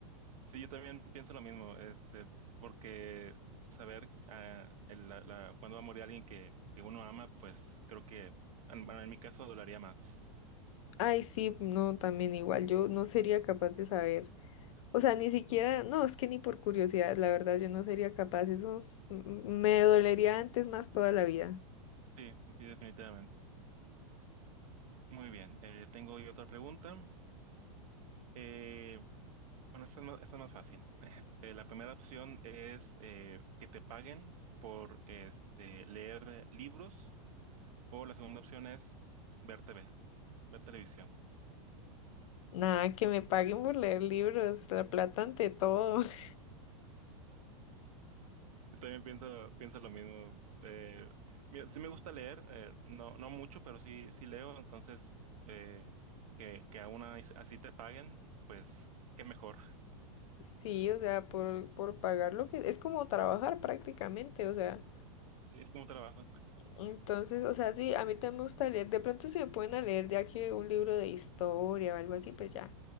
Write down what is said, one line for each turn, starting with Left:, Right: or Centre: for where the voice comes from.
Right: Sí, yo también pienso lo mismo, este, porque saber ah, el- la, la- cuándo va a morir alguien que, que uno ama, pues creo que en, bueno, en mi caso dolería más.
Left: Ay, sí, no, también igual, yo no sería capaz de saber. O sea, ni siquiera, no, es que ni por curiosidad, la verdad, yo no sería capaz, eso m- me dolería antes más toda la vida.
Right: Sí, sí, definitivamente. Muy bien, eh, tengo yo otra pregunta. Eh, bueno, esta es más, esta es más fácil. <laughs> Eh, la primera opción es eh, que te paguen por este, leer libros o la segunda opción es ver TV, ver televisión.
Left: Nada, que me paguen por leer libros, la plata ante todo. <laughs>
Right: Yo también pienso, pienso lo mismo. Eh, mira, sí me gusta leer, eh, no, no mucho, pero sí, sí leo, entonces eh, que, que aún as- así te paguen, pues qué mejor.
Left: Sí, o sea, por, por pagar lo que... Es como trabajar prácticamente, o sea.
Right: Sí, Es como un trabajo, <laughs>
Left: Entonces, o sea, sí, a mí también me gusta leer. De pronto si me pueden a leer ya que un libro de historia o algo así, pues ya,